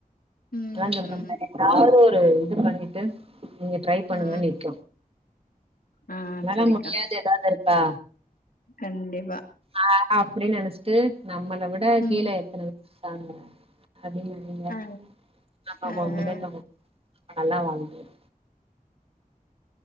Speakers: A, on the left; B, on the right.
A: ம்
B: எல்லா சொல்றன்ன எதாவ்து ஒரு இது பண்ணிட்டு நீங்க ட்ரை பண்ணுங்க
A: ம்
B: நிக்கூ
A: ஆ
B: நம்மளால
A: செரிக்கா
B: முடியாது எதாவ்து இருக்கா
A: கண்டிப்பா
B: ஆ அப்டின்னு நெனைச்சிட்டு நம்மள விட
A: ம்
B: கீழ எத்தன பேர் இருகாங்க அப்டின் நென ங்க
A: ஆ
B: நம்ம
A: ஆ
B: ஒண்ணமே
A: ஆ.
B: <inaudible> நல்லா வாழ்வோம்